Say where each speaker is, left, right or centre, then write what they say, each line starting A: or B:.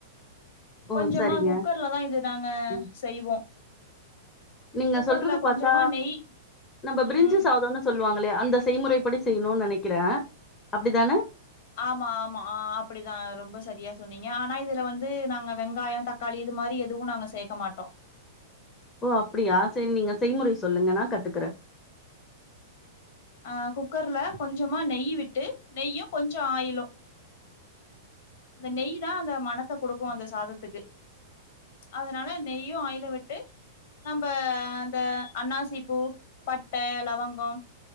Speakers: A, on the left (about 20°); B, on the left (about 50°).
A: ஓ!
B: கொஞ்சமா
A: சரிங்க.
B: குக்கர் ல தா இது நாங்க
A: ம்.
B: செய்வோ
A: நீங்க
B: குக்கர்ல
A: சொல்றது
B: கொஞ்சமா
A: பாத்தா
B: நெய்
A: நம்ம பிரிஞ்சி
B: ம்
A: சாதோன்னு சொல்லுவாங்களே அந்த செய்முறைப்படி செய்ணுன் நனைக்கிற அப்டித்தான
B: ஆமா ஆமா ஆ அப்டிதா ரொம்ப செரியா சொன்னீங்க ஆனா இதுல வந்து நாங்க வெங்காயோ தக் காளி இது மாரி எதுவு நாங்க சேக்க மாட்டோ
A: ஓ அப்டியா செரி நீங்க செய்முறை சொல்லுங்க நா கத்துக்குறே
B: ஆ குக்கர்ல கொஞ்சமா நெய் விட்டு நெய்யு கொஞ்சோ ஆயிலு அந்த நெய்தா அந்த மனத்த கொடுக்கு அந்த சாதத்துக்கு அதனால நெய்யு ஆயிலு விட்டு நம்ம அந்த அண்ணாசி பூ பட்ட லவங்கம்